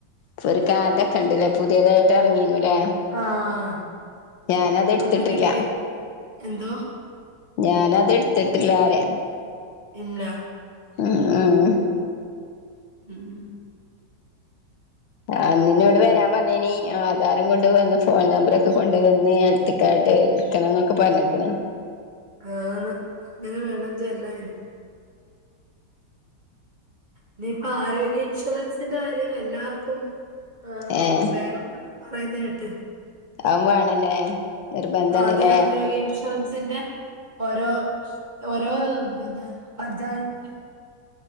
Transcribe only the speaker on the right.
ആഹ്
അങ്ങനെയൊക്കെ എന്തോ
ഇല്ല
ഉം
ആന്ന് അങ്ങനെ വേണം ചെല്ലാന് ഇനിയിപ്പൊ ആരോഗ്യ ഇൻഷുറൻസിന്റെ കാര്യം എല്ലാർക്കും ആഹ്
വേണംന്ന് പറയുന്ന കേട്ട്
അത് ആരോഗ്യ ഇൻഷുറൻസിന്റെ ഓരോ ഓരോ പിന്നെ പഞ്ചായത്തിന്